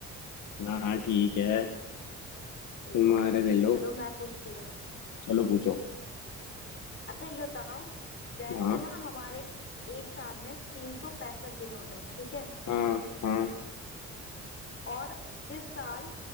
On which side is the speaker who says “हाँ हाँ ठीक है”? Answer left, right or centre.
Left